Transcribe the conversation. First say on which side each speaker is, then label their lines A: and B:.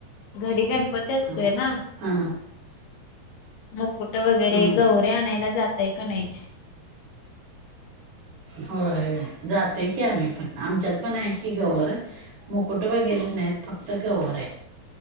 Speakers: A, on the left; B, on the right.
A: घरी गणपती असतोय
B: हा
A: ना
B: हा
A: मुकुट वगैरे
B: हम्म
A: गवरे आणायला जातय का नाही
B: होय जातोय की आम्ही पण आमच्यात पण आहे की गौवर मुकुट वगैरे नाहीत फक्त गवर आहे.